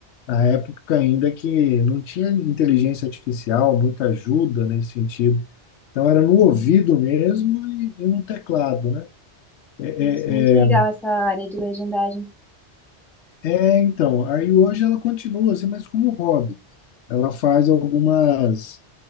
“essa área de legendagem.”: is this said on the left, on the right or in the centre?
Centre